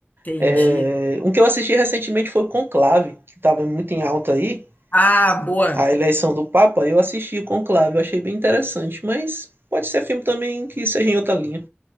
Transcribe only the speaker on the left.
Entendi.
Ah, boa.